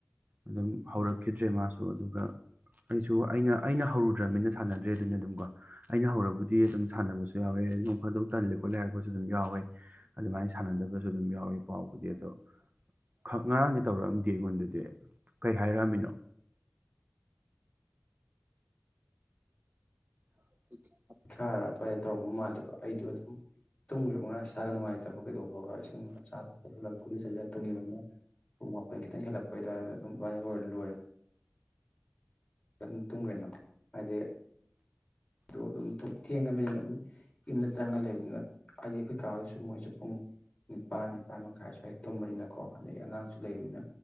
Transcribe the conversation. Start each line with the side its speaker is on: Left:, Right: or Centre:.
Right: ꯑꯗꯨꯝ
Left: ꯎꯝ
Right: ꯍꯧꯔꯛ ꯃꯥꯁꯨ ꯑꯗꯨꯒ ꯑꯩꯁꯨ ꯑꯩꯅ ꯑꯩꯅ ꯍꯧꯔꯨꯗ꯭ꯔꯅꯤꯅ ꯁꯥꯟꯅꯗ꯭ꯔꯦ ꯑꯗꯨꯅ ꯑꯗꯨꯝ ꯀꯣ ꯑꯩꯅ ꯍꯧꯔꯕꯨꯗꯤ ꯑꯗꯨꯝ ꯁꯥꯟꯅꯕꯁꯨ ꯌꯥꯎꯋꯦ ꯣꯡ ꯐꯥꯗ ꯇꯜꯂꯤ ꯈꯣꯠ ꯂꯩꯔꯛꯄꯁꯨ ꯑꯗꯨꯝ ꯌꯥꯎꯋꯦ ꯑꯗꯨꯃꯥꯏꯅ ꯁꯥꯟꯅꯗꯕꯁꯨ ꯑꯗꯨꯝ ꯌꯥꯎꯋꯦ ꯄꯥꯎꯕꯨꯗꯤ ꯑꯗꯣ ꯈ ꯉꯔꯥꯡꯗꯤ ꯇꯧꯔꯛꯑꯝꯗꯦ ꯑꯩꯉꯣꯟꯗꯗꯤ ꯀꯩ ꯍꯥꯏꯔꯛꯑꯃꯤꯅꯣ <unintelligible>
Left: ꯀꯨꯊ꯭ꯔꯥꯔꯥ ꯑꯗꯨꯋꯥꯏꯗ ꯇꯧꯔꯝꯕ ꯃꯥꯜꯂꯦꯕ ꯑꯩꯗꯣ ꯑꯗꯨꯝ ꯇꯨꯝꯈꯕꯅ ꯏꯁꯥꯒ ꯅꯨꯡꯉꯥꯏꯇꯕ ꯀꯩꯗꯧꯕꯒ ꯏꯁꯁꯤꯡ ꯆꯥꯕ ꯀꯗ ꯇꯨꯡꯒꯤꯕꯅ ꯄꯨꯡ ꯃꯥꯄꯟ ꯈꯤꯇꯪ ꯍꯦꯜꯂꯛꯄ ꯑꯗꯨ ꯑꯗꯨꯝꯃꯅ ꯂꯣꯏꯔ ꯂꯣꯏꯔꯦ ꯑ ꯑꯗꯨꯝ ꯇꯨꯝꯒꯅꯣ ꯍꯥꯏꯗꯤ ꯑꯗꯨ ꯑꯗꯨꯝ ꯊꯦꯡꯉꯕꯅꯤꯅ ꯑꯗꯨꯝ ꯌꯨꯝꯗ ꯆꯪꯉ ꯂꯩꯕꯅꯤꯅ ꯍꯥꯏꯗꯤ ꯑꯩꯈꯣꯏ ꯀꯥ ꯍꯣꯏꯁꯨ ꯃꯣꯏꯁꯨ ꯨꯡ ꯅꯤꯄꯥꯜ ꯅꯤꯄꯥꯥꯟ ꯃꯈꯥꯏ ꯁ꯭ꯋꯥꯏ ꯇꯨꯝꯕꯅꯤꯅꯀꯣ ꯑꯗꯗꯒꯤ ꯑꯉꯥꯡꯁꯨ ꯂꯩꯕꯅꯤꯅ